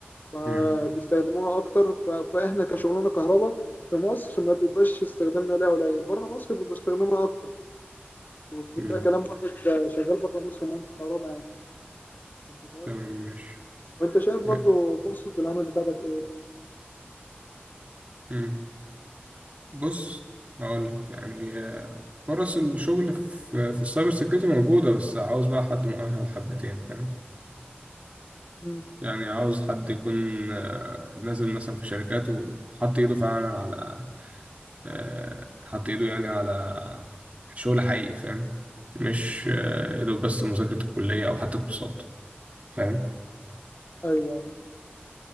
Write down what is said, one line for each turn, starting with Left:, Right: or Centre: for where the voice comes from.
Left: فبيستخدموها
Right: امم
Left: اكتر ف- فاحنا كشغلانه كهرباء في مصر ما بيبقاش استخدامنا ليها قليل بره مصر بيبقى استخدامها اكتر وده
Right: امم
Left: كلام واحد شغال بره مصر مهندس كهرباء يعني انت فاهم
Right: تمام ماشي
Left: وانت شايف برضو
Right: م-
Left: فرصه العمل بتاعتك ايه؟
Right: امم بص هقول لك يعني إيه. فرص الشغل في في السايبر سيكيورتي موجودة بس عاوز بقى حد مؤهل حبتين فاهم
Left: مم.
Right: يعني عاوز حد يكون آه، نازل مثلا في شركات وحط ايده فعلا على آه، حط ايده يعني على شغل حقيقي فاهم مش آه،
Left: مم.
Right: يا دوب بس مذاكرة الكلية أو حتى كورسات فاهم
Left: ايوه